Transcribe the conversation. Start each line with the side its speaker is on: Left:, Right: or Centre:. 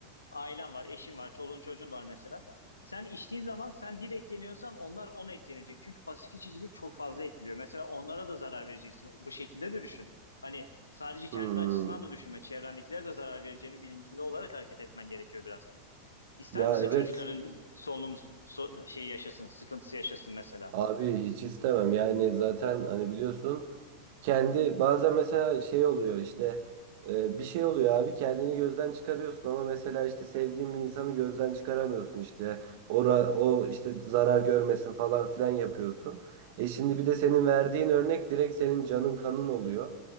Left: Ailen var, eşin var, çoluğun çocuğun var mesela. Sen içtiğin zaman sen bir etkileniyorsan onlar ona etkilenecek. Çünkü pasif içicilik çok fazla etkiliyor. Mesela onlara da zarar vereceksin. Bu şekilde de düşün. Hani sadece kendin
Right: Hmm,
Left: açısından da düşünme. Çevrendekilere de zarar vereceğinin bilincinde olarak hareket etmen gerekiyor biraz. İster
Right: ya
Left: misin
Right: evet.
Left: çocukların solunum so- şeyi yaşasın, sıkıntısı yaşasın mesela?
Right: Abi hiç istemem yani zaten hani biliyorsun kendi bazen mesela şey oluyor işte e, bir şey oluyor abi kendini gözden çıkarıyorsun ama mesela işte sevdiğin bir insanı gözden çıkaramıyorsun işte ora, o işte zarar görmesin falan filan yapıyorsun. E şimdi bir de senin verdiğin örnek direkt senin canın kanın oluyor.